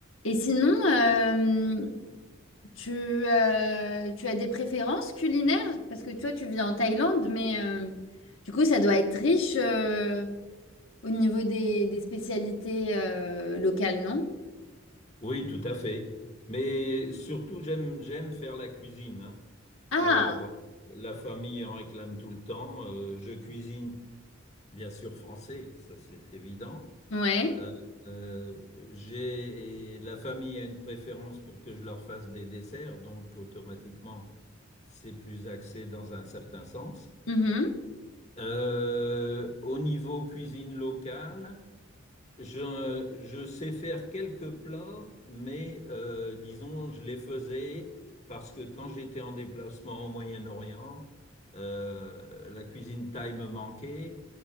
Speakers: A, on the left (about 75°); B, on the left (about 35°).
A: Et sinon, euh, tu, euh, tu as des préférences culinaires? Parce que toi, tu vis en Thaïlande, mais euh, du coup, ça doit être riche euh, au niveau des, des spécialités euh, locales, non?
B: Oui, tout à fait. Mais surtout, j'aime j'aime faire la cuisine. hein.
A: Ah,
B: Alors, la famille en réclame tout le temps. Euh, je cuisine bien sûr français, ça c'est évident.
A: ouais.
B: Euh, euh, j'ai et la famille a une préférence pour que je leur fasse des desserts, donc automatiquement c'est plus axé dans un certain sens.
A: Mhm.
B: Euh, au niveau cuisine locale. Je, je sais faire quelques plats, mais euh, disons, je les faisais parce que quand j'étais en déplacement au Moyen-Orient, euh, la cuisine thaï me manquait.